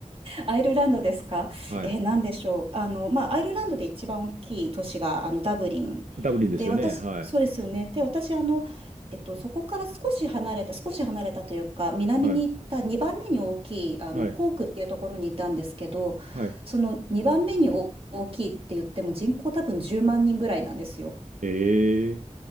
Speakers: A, on the right (about 50°); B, on the right (about 85°).
A: アイルランドですかえー、
B: はい。
A: なんでしょう。あの、まあ、アイルランドで一番大きい都市が、あの、ダブリン。
B: ダブリンですよね。
A: で、私、
B: はい。
A: そうですよね。で、私、あの、えっと、そこから少し離れた、少し離れたというか、南に行った2番目に大きい、
B: はい、
A: あの、
B: はい、
A: コークっていうところにいたんですけど、
B: はい。
A: その2番目に大大きいって言っても人口多分10万人ぐらいなんですよ。
B: え